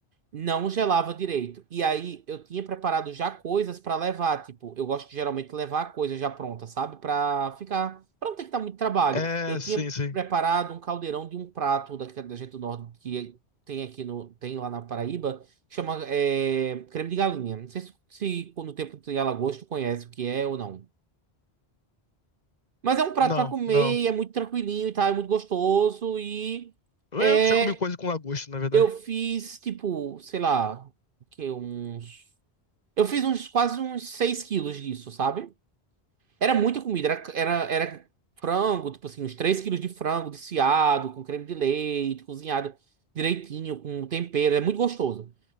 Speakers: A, on the right; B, on the left.
A: não gelava direito. E aí eu tinha preparado já coisas pra levar, tipo, eu gosto de geralmente levar coisas já pronta, sabe? Pra ficar, pra não ter que dar muito trabalho.
B: É,
A: Eu tinha
B: sim, sim.
A: preparado um caldeirão de um prato da, da gente do norte que tem aqui no tem lá na Paraíba, que chama é, creme de galinha. Não sei se, se no tempo de Alagoas tu conhece o que é ou não. Mas é um prato
B: Não,
A: pra comer,
B: não.
A: e é muito tranquilinho e tal, é muito gostoso e
B: Eu
A: é,
B: já comi coisa com lagosta, na verdade.
A: eu fiz tipo, sei lá, o que uns eu fiz uns quase uns 6 quilos disso, sabe? Era muita comida, era, era, era frango, tipo assim, uns 3 quilos de frango desfiado, com creme de leite, cozinhado direitinho, com tempero, é muito gostoso.